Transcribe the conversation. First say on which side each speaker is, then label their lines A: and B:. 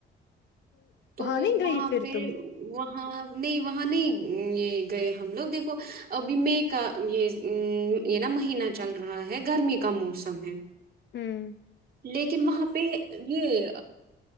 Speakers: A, on the right; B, on the left.
A: تو
B: نہیں گئی
A: وہاں
B: پھر
A: پہ
B: تم
A: وہاں نہیں وہاں نہیں یہ گئے ہم لوگ دیکھو ابھی مے کا یہ یہ نا مہینہ چل رہا ہے گرمی کا موسم ہے
B: ہوں
A: لیکن وہاں پہ یہ